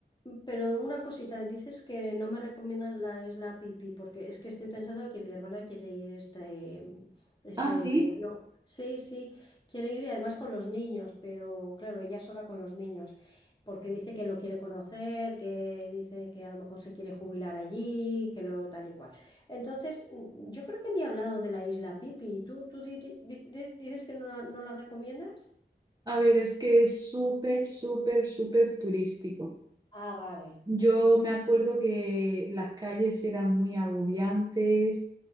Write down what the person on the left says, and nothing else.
Pero una cosita, dices que no me recomiendas la isla Pipi, porque es que estoy pensando que mi hermana quiere ir este, este
verano. Sí, sí, quiere ir y además con los niños, pero claro, ella sola con los niños, porque dice que lo quiere conocer, que dice que a lo mejor se quiere jubilar allí, que luego tal y cual. Entonces, mm, yo creo que me ha hablado de la isla Pipi. y ¿Tú, tú di- di- di- dices que no, la- no la recomiendas?
Ah, vale,